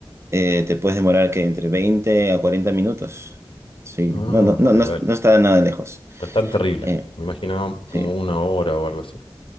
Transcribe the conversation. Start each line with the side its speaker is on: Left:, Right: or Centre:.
Right: eh, te puedes demorar que entre 20 a 40 minutos. Sí,
Left: Ah,
Right: no, no, no,
Left: vale,
Right: no,
Left: vale.
Right: no está nada lejos.
Left: No es tan terrible.
Right: Eh,
Left: Me imaginaba
Right: sí.
Left: como una hora o algo así.